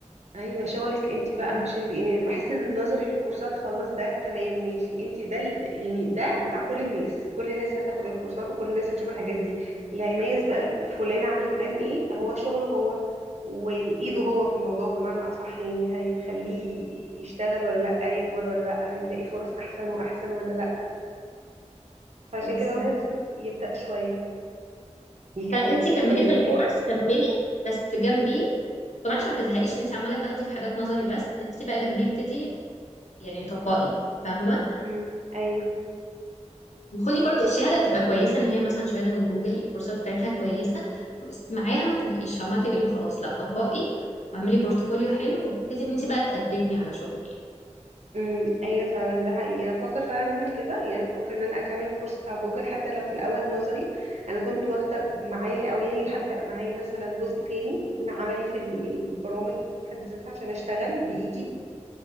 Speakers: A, on the right (about 65°); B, on the left (about 70°).
A: ايوه شغلك انت بقى
B: آه،
A: مش اللي يعني بحس ان النظري والكورسات خلاص ده تمام ماشي انت ده ال- يعني ده بتاع كل الناس كل الناس هتاخد الكورسات وكل الناس هتشوف الحاجات دي اللي هيميز بقى فلان عن فلان ايه هو شغله هو وايده هو في الموضوع بمعنى اصح يعني هيخليه يشتغل ولا لا يكبر ولا لا يلاقي فرص احسن واحسن ولا لا فعشان
B: بالظبط
A: كده الواحد المفروض يبدأ شوية يكمل
B: فلا انت كملي
A: كمان
B: في الكورس
A: للاخر
B: كملي بس جنبيه طبعا عشان ما تزهقيش انت عماله تاخدي في حاجات نظري بس انت بقى جنبيه ابتدي يعني طبقي فاهمه
A: امم ايوه
B: وخدي برضو الشهاده هتبقى كويسه ان هي مثلا شهاده من جوجل الكورسات بتاعتها كويسه بس معاها ما تبقيش عماله تقري وخلاص لا طبقي واعملي بورتفوليو حلو وابتدي انت بقى تقدمي على شغل
A: امم ايوه فعلا ده حقيقي انا بفكر فعلا اعمل كده يعني انا بفكر ان انا اكمل الكورس بتاع جوجل حتى لو في الاول نظري انا كنت واخده معاه او يعني هبدا معاه مثلا جزء تاني يكون عملي في البرامج في حد ذاتها عشان اشتغل بايدي